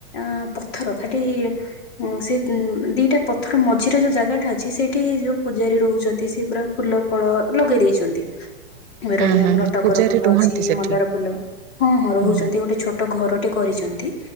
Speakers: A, on the left (about 70°); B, on the right (about 55°).
A: ଆଁ ପଥର ଖାଲି ହଁ ସେ ଦିଟା ପଥର ମଝିରେ ଯୋଉ ଜାଗାଟା ଅ ସେଇଠି ଯୋଉ ପୂଜାରୀ ରହୁଛନ୍ତି, ସେ ପୁରା ଫୁଲ ଫଳ ଲଗେଇ ଦେଇଛନ୍ତି। ଏ
B: ହୁଁ
A: ରହିଲା
B: ହୁଁ
A: ଆମର
B: ହୁଁ।
A: ଟଗର
B: ପୂଜାରୀ
A: ଫୁଲ
B: ରୁହନ୍ତି
A: ଅଛି
B: ସେଠି।
A: ମନ୍ଦାର ଫୁଲ, ହଁ ହଁ ରହୁଛନ୍ତି
B: ହୁଁ ହୁଁ
A: ଗୋଟେ ଛୋଟ ଘର ଗୋଟେ କରିଛନ୍ତି